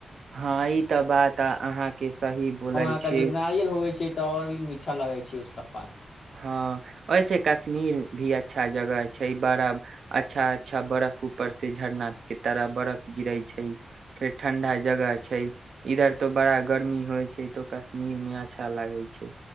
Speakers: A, on the right (about 60°); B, on the left (about 60°).
A: हँ ई तऽ बात अहाँ के सही बोलै
B: वहाँ के
A: छै
B: नारियल होइ छै त ओ भी मीठा लगा छै उसक
A: हँ ऐसे कश्मीर भी अच्छा जगह छै बड़ा अच्छा अच्छा बरफ ऊपर से झरनाथ के तरफ बरफ गिरे छै फेर ठंडा जगह छै इधर तो बड़ा गर्मी होइ छै तो कश्मीर मे अच्छा लागे छै